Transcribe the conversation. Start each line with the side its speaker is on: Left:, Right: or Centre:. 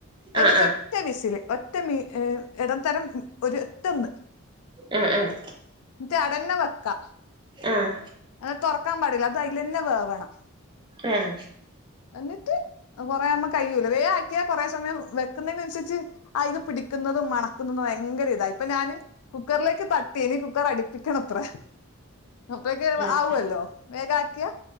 Left: എന്നിട്ട്
Right: ആ ആ
Left: ഒറ്റ വിസില് ഒറ്റ മീ ഇടത്തരം ഒര് ഒറ്റൊന്ന്
Right: ആഹ് ആഹ്
Left: റ്റ് അടന്ന വെക്കാ
Right: ആഹ്
Left: അത് തുറക്കാൻ പാടില്ല അത് അയിലന്നെ വേവണം.
Right: ആഹ്
Left: എന്നിട്ട് കൊറെ ആമ്പ കഴിയുലെ വേ ആക്കിയാ കൊറെ സമയം വെക്കുന്നേനനുസരിച്ച് ആഹ് ഇത് പിടിക്കുന്നതും മണക്കുന്നതും ഭയങ്കര ഇതാ ഇപ്പൊ ഞാന് കുക്കറിലേക്ക് തട്ടി ഇനി കുക്കർ അടിപ്പിക്കണത്രേ അപ്പഴേ
Right: ആഹ്
Left: ആവുവല്ലോ വേഗാക്കിയ